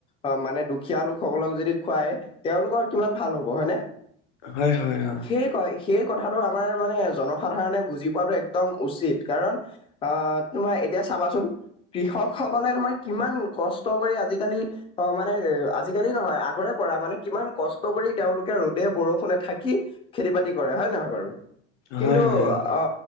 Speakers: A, on the left; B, on the left.
A: অ মানে দুখীয়া লোকসকলক যদি খুৱাই তেওঁলোকৰ কিমান ভাল হ'ব হয়নে,
B: হয় হয় অ
A: সেই কয়, সেই কথাটো আমাৰ মানে জনসাধাৰণে বুজি পোৱাটো একদম উচিত কাৰণ। অ তোমাৰ এতিয়া চাবাচোন। কৃষক সকলে তোমাৰ কিমান কষ্ট কৰি আজিকালি। অ মানে আজিকালি নহয় আগৰে পৰা মানে কিমান কষ্ট কৰি তেওঁলোকে ৰ'দে বৰষুণে থাকি। খেতি বাতি কৰে হয় নহয় বাৰু কিন্তু
B: হয় হয়
A: অ,